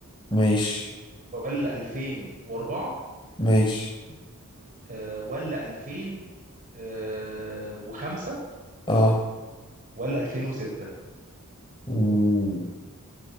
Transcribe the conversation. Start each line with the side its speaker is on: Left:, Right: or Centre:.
Left: ماشي
Right: ولا 2004
Left: ماشي
Right: آه، ولا 2005
Left: اه
Right: ولا 2006
Left: مم.